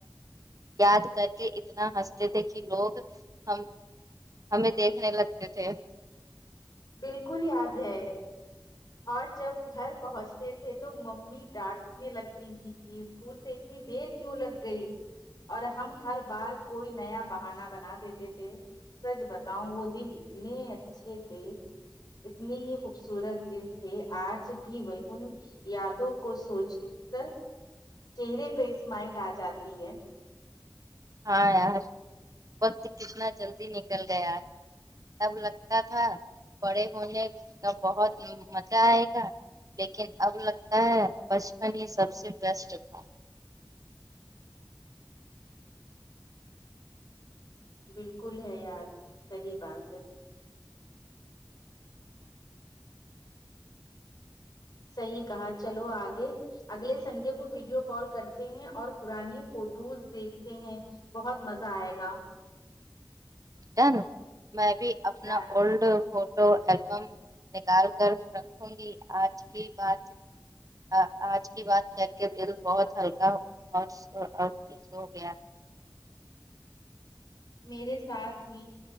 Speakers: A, on the right (about 50°); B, on the left (about 55°).
A: یاد کر کے اتنا ہنستے تھے کہ لوگ ہم ہمیں دیکھنے لگتے تھے
B: بالکل یاد ہے اور جب گھر پہنچتے تھے تو ممی ڈانٹ نے لگتی تھیں کہ اسکول سے اتنی دیر کیوں لگ گئی اور ہم ہر بار کوئی نیا بہانا بنا دیتے تھے سچ بتاؤ وہ دن اتنے اچھے تھے اتنی ہی خوبصورت دن تھے آج بھی وہ ان یادو کو سوچ کر چہرے پہ سمائل آ جاتی ہے
A: ہاں یار وقت کتنا جلدی نکل گیا یار تب لگتا تھا بڑے ہونے کا بہت مزہ آئے گا لیکن اب لگتا ہے بچپن ہی سب سے بیسٹ تھا
B: بالکل ہے یار صحیح بات ہے صحیح کہا چلو آگے اگلے سنڈے کو ویڈیو کال کرتے ہیں اور پرانی فوٹوز دیکھتے ہیں بہت مزہ آئے گا
A: ٹن میں بھی اپنا
B: ڈن
A: اولڈ فوٹو البم نکال کر رکھوں گی آج کی بات ا آج کی بات کر کے دل بہت ہلکا اور سو گیا
B: میرے ساتھ بھی